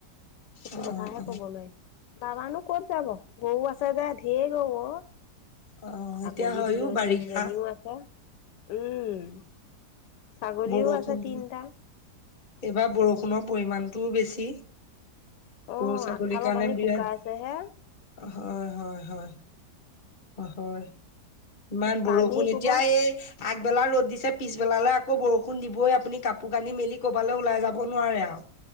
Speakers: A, on the left; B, on the left.
A: সেইটো
B: অ
A: কথাহে
B: অ
A: ক'ব নোৱাৰিম। দানা নো ক'ত যাব। গৰু আছে যে ঢেৰ গৰু অ'।
B: অ
A: ছাগলী
B: এতিয়া হয়ো
A: দুজন,
B: বাৰিষা
A: তিনিজনীও আছে উম ছাগলীও
B: বৰষুণ
A: আছে তিনটা
B: এইবাৰ বৰষুণৰ পৰিমণটোও বেছি
A: অ',
B: গৰু ছাগলীৰ
A: আগফালৰ
B: কৰণে
A: পানী
B: বিয়াত
A: শুকাইছেহে
B: হয় হয় হয় হয় ইমান
A: পানী
B: বৰষুণ
A: কোবত
B: এতিয়া এই আগবেলা ৰ'দ দিছে পিছবেলালে আকৌ বৰষুণ দিবই আপুনি কাপোৰ কানি মেলি কবালৈ ওলাই যাব নোৱাৰে আৰু